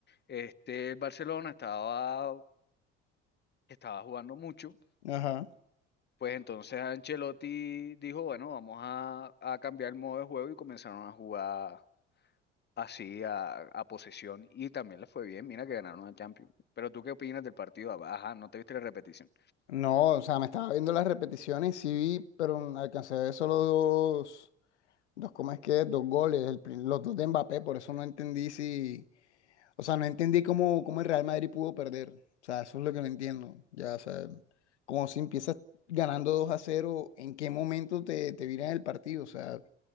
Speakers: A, on the left; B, on the left.
A: este Barcelona estaba, estaba jugando mucho
B: ajá.
A: pues entonces Ancelotti dijo, bueno, vamos a, a cambiar el modo de juego y comenzaron a jugar así a, a posesión y también les fue bien, mira que ganaron la Champions. Pero tú qué opinas del partido? ah, Ajá, ¿no te viste la repetición?
B: No, o sea, me estaba viendo las repeticiones, sí vi, pero alcancé a ver solo dos, dos, ¿cómo es que? es? Dos goles, el pri- los dos de Mbappé, por eso no entendí si, o sea, no entendí cómo, cómo el Real Madrid pudo perder, o sea, eso es lo que no entiendo, ya, o sea, como si empiezas ganando 2 a cero, ¿en qué momento te, te viran el partido? O sea,